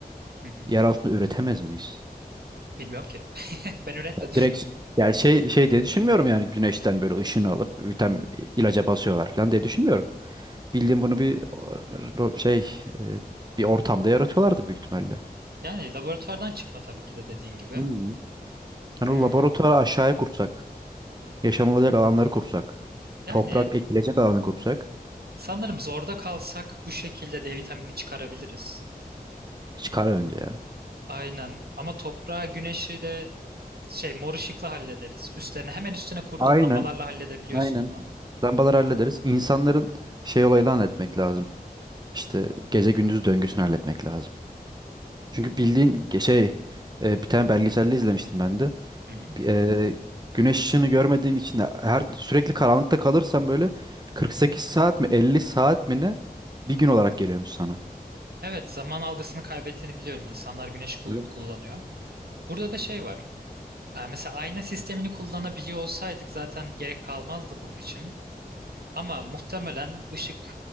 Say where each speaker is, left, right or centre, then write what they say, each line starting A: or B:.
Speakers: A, on the right; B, on the right.
A: Hı hı.
B: yer altında üretemez miyiz?
A: Bilmiyorum ki. <laughs> Ben üretmedim.
B: Yani direkt yani şey şey diye düşünmüyorum yani güneşten böyle ışını alıp vitamin ilaca basıyorlar falan diye düşünmüyorum. Bildiğim bunu bir o- şey e, bir ortamda yaratıyorlardır büyük ihtimalle.
A: Yani laboratuvardan çıkma tabii ki de dediğin gibi.
B: Hmm. Hani
A: Hmm,
B: o laboratuvarı aşağıya kursak, yaşanılacak alanları kursak,
A: yani
B: toprak ekilecek alanı kursak
A: sanırım zorda kalsak bu şekilde D vitaminini çıkarabiliriz.
B: çıkar önce ya.
A: Aynen. Ama toprağı, güneşi de şey mor ışıkla hallederiz. Üstlerine hemen üstüne kurduğun
B: Aynen,
A: lambalarla halledebiliyorsun
B: aynen.
A: onu.
B: Lambaları hallederiz. İnsanların şey olayını halletmek lazım. İşte gece gündüz döngüsünü halletmek lazım. Çünkü bildiğin ge- şey e, bir tane belgeselde izlemiştim ben de.
A: Hı hı.
B: Eee, güneş ışığını görmediğin için de her sürekli karanlıkta kalırsan böyle 48
A: Hı hı.
B: saat mi 50 saat mi ne bir gün olarak geliyormuş sana.
A: Evet, zaman algısını kaybettiğini biliyorum. İnsanlar güneş kul-
B: Evet.
A: kullanıyor. Burada da şey var. Ee, Mesela ayna sistemini kullanabiliyor olsaydık zaten gerek kalmazdı bunun için. Ama muhtemelen ışık